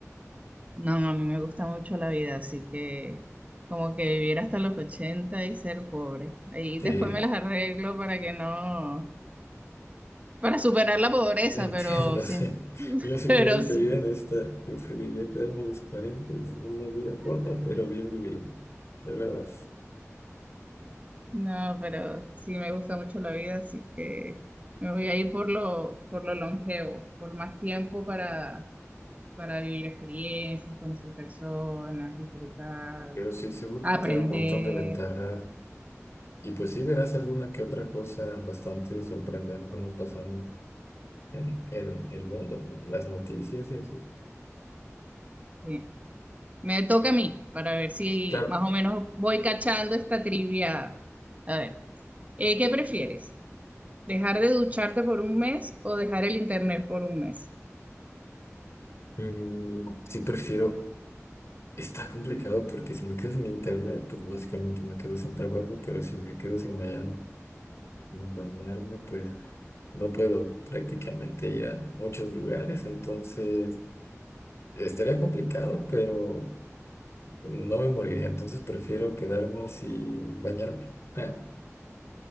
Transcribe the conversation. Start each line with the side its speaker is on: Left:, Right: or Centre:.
Right: No, no, a mí me gusta mucho la vida, así que como que vivir hasta los 80 y ser pobre. Ahí
Left: Sí,
Right: después me las arreglo para que no. Para superar la pobreza,
Left: entiendo,
Right: pero sí.
Left: <laughs> sí.
Right: <laughs>
Left: Yo sí
Right: Pero
Left: voy a diferir
Right: sí.
Left: en esta. Preferiría quedarme a los 40, una vida corta, pero bien vivida, de verdad.
Right: No, pero sí me gusta mucho la vida, así que me voy a ir por lo, por lo longevo, por más tiempo para, para vivir experiencias, conocer personas, disfrutar,
Left: Pero sí, seguro
Right: aprender.
Left: que tiene un montón de ventajas. Y pues sí verás alguna que otra cosa bastante sorprendente ¿no? pasando en, en el mundo, ¿no? en las noticias y así.
Right: Sí. Me toca a mí para ver si
Left: Claro,
Right: más o menos voy cachando esta trivia. A ver, eh, ¿qué prefieres? ¿Dejar de ducharte por un mes o dejar el internet por un mes?
Left: mm, sí prefiero. Está complicado porque si me quedo sin internet, pues básicamente me quedo sin trabajo, pero si me quedo sin bañar- bañarme, pues no puedo prácticamente ir a muchos lugares, entonces estaría complicado, pero no me moriría, entonces prefiero quedarme sin bañarme. <laughs> Ja,